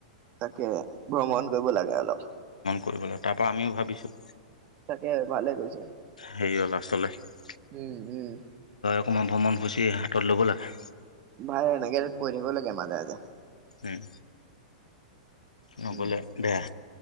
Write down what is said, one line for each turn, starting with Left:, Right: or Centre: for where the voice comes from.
Right: তাকে ভ্ৰমণ কৰিব লাগে অলপ।
Left: কৰিব লাগে তাৰপৰা আমিও ভাবিছোঁ।
Right: তাকে ভালে কৈছে
Left: হেৰি। <unintelligible>
Right: উম উম।
Left: <unintelligible> ভ্ৰমণসূচী হাতত ল'ব লাগে।
Right: ভাই এনেকে কৈ থাকিব লাগে মাজে মাজে।
Left: উম। নগ'লে
Right: উম
Left: বেয়া